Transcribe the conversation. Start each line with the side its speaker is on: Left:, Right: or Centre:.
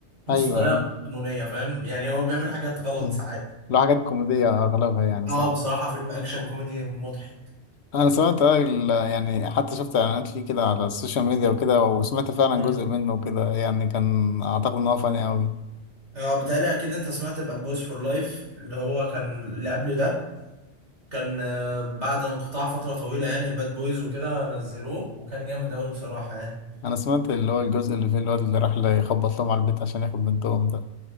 Right: بس
Left: ايوه
Right: بطريقه
Left: ايوه
Right: غير قانونيه فاهم يعني هو بيعمل حاجات غلط
Left: مم.
Right: ساعات
Left: لو حاجات كوميدية أغلبها يعني
Right: اه
Left: صح؟
Right: بصراحة فيلم اكشن كوميدي مضحك
Left: أنا سمعت آه، ال- يعني حتى شفت إعلانات ليه كده على السوشيال ميديا وكده وسمعت فعلا
Right: مم.
Left: جزء منه كده يعني كان أعتقد إن هو فاني أوي
Right: اه بتهيألي اكيد انت سمعت باد بويز فور لايف اللي هو كان اللي قبل ده كان آه، بعد انقطاع فتره طويله يعني الباد بويز وكده نزلوه وكان جامد قوي بصراحه يعني
Left: أنا سمعت اللي هو الجزء اللي فيه الواد اللي راح يخبط لهم على البيت عشان ياخد بنتهم ده